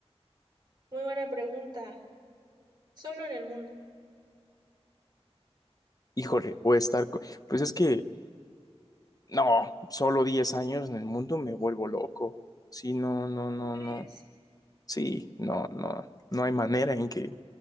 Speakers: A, on the right; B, on the left.
A: muy buena pregunta. Solo en el mundo.
B: <laughs> Híjole, o estar. co- Pues es que, no, solo 10 años en el mundo me vuelvo loco. Sí, no, no,
A: ¿Cómo
B: no,
A: crees?
B: no. Sí, no, no. No hay manera en que.